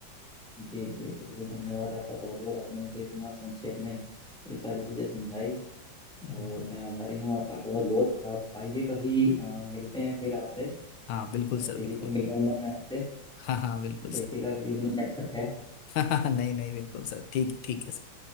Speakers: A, in the centre; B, on the left.
A: जी जी बिल्कुल धन्यवाद आपका बहुत बहुत आपने मुझे इतना संक्षेप में ये सारी चीज़ें समझाई
B: बिल्कुल
A: और मैं आभारी हूँ आपका बहुत बहुत आप आइए कभी अ, मिलते हैं फिर आपसे
B: हाँ
A: हाँ
B: बिल्कुल सर
A: दीदी
B: बिल्कुल
A: को मिलवाऊंगा मैं आपसे
B: हाँ हाँ बिल्कुल
A: देखिएगा
B: सर
A: कि कितना नटखट है
B: <laughs> हाँ हाँ नहीं नहीं बिल्कुल सर ठीक ठीक है सर